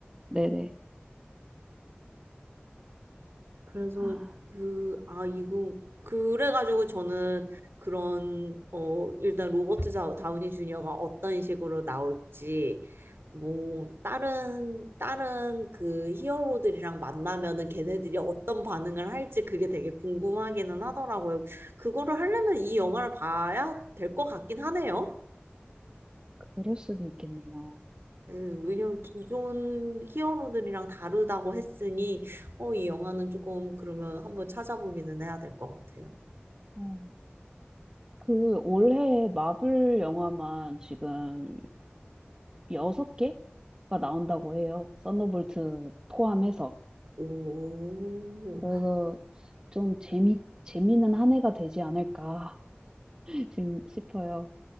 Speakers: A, on the right (about 20°); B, on the right (about 75°).
A: 네네.
B: 그래서
A: 아,
B: 그, 아, 이거, 그래가지고 저는 그런, 어, 일단 로버트 자- 다우니 주니어가 어떤 식으로 나올지, 뭐, 다른, 다른 그 히어로들이랑 만나면은 걔네들이 어떤 반응을 할지 그게 되게 궁금하기는 하더라고요. 그거를 하려면 이 영화를 봐야 될 것 같긴 하네요.
A: 그럴 수도 있겠네요.
B: 음, 왜냐면 기존 히어로들이랑 다르다고 했으니, 어, 이 영화는 조금 그러면 한번 찾아보기는 해야 될 것 같아요.
A: 어, 그 올해 마블 영화만 지금 여섯 개가 나온다고 해요. 썬더볼트 포함해서.
B: 오,
A: 그래서 좀 재미, 재미는 한 해가 되지 않을까 <laughs> 심- 싶어요.